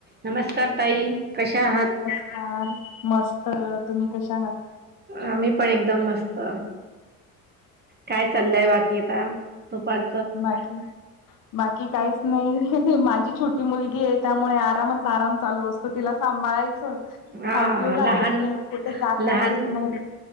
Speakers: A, on the right; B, on the left.
A: नमस्कार, ताई कशा आहात?
B: छान मस्त. तुम्ही कशा आहात?
A: आम म्ही पण एकदम मस्त. काय चाललंय बाकी आता दुपार
B: बाकी बाकी काहीच नाही माझी छोटी मुलगी आहे त्या मुळे आरामच आराम चालू असतो तिला सांभाळायचं.
A: हा
B: खाऊ पिऊ घालायचं
A: लहान
B: कुठे जाता
A: लहान
B: येत नाही.